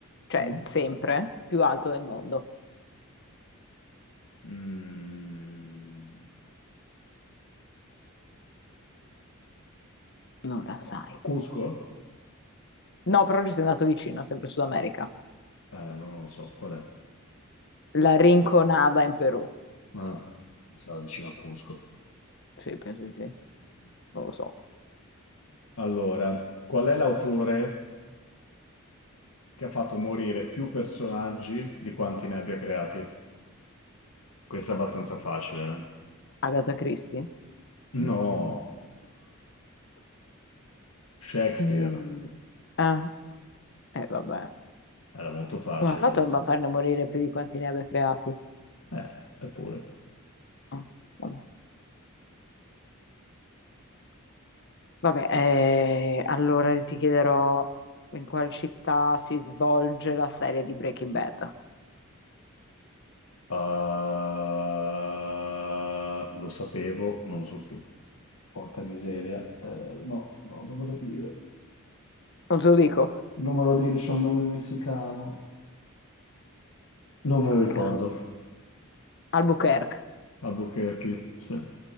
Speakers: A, on the left (about 55°); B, on the left (about 75°).
A: cioè
B: Mm.
A: sempre, più alto del mondo.
B: Mm.
A: Non la sai.
B: Cusco?
A: No, però ci sei andato vicino, sempre Sud America.
B: Eh, non lo so, qual è?
A: La Rinconada in Perù.
B: Ah, sarà vicino a Cusco.
A: Sì, penso di sì. Non lo so.
B: Allora, qual è l'autore? che ha fatto morire più personaggi di quanti ne abbia creati. Questo è abbastanza facile.
A: Agatha Christie?
B: eh. No, Shakespeare.
A: Mm, Ah, eh, vabbè.
B: Era molto facile
A: Come ha fatto
B: questo.
A: a farne morire più di quanti ne abbia creati?
B: Eh, eppure.
A: Ah, vabbè, Vabbè, eh, allora ti chiederò in quale città si svolge la serie di Breaking Bad.
B: Ah, lo sapevo, non lo so più. Porca miseria. Eh, no, no, non me lo dire.
A: Non te lo dico.
B: Non me lo dire, c'è un nome messicano. Non me
A: Messica.
B: lo ricordo.
A: Albuquerque.
B: Albuquerque, sì. Oh,